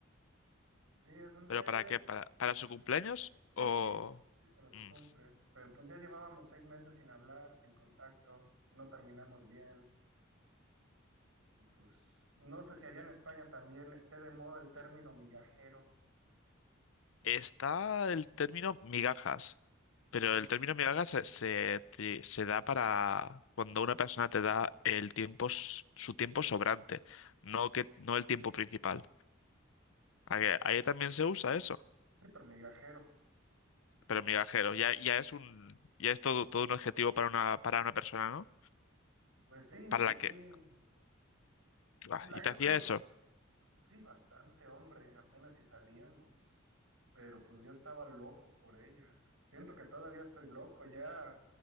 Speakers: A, on the right (about 80°); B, on the left (about 70°).
A: Sí, es un,
B: ¿Pero
A: eh,
B: para qué? ¿Para, para su cumpleaños?
A: sí,
B: ¿O...?
A: sí, pero se
B: Mm.
A: cumple. Pero pues ya llevábamos seis meses sin hablar, sin contacto, no terminamos bien. Y pues, no sé si allá en España también esté de moda el término migajero.
B: Está el término migajas. Pero
A: Mm.
B: el término migajas se, se, tri- se da para cuando una persona te da el tiempo, s- su tiempo sobrante, no que, no el tiempo principal. A que- Ahí también se usa eso.
A: Sí, pero migajero.
B: Pero migajero, ya, ya es un, ya es todo, todo un adjetivo para una, para una persona, ¿no?
A: Pues sí,
B: Para la
A: sí.
B: que, ah,
A: La
B: y
A: gra-
B: te hacía
A: lo-
B: eso.
A: sí, bastante, hombre, apenas si salíamos. Pero pues yo estaba loco por ella. Siento que todavía estoy loco, ya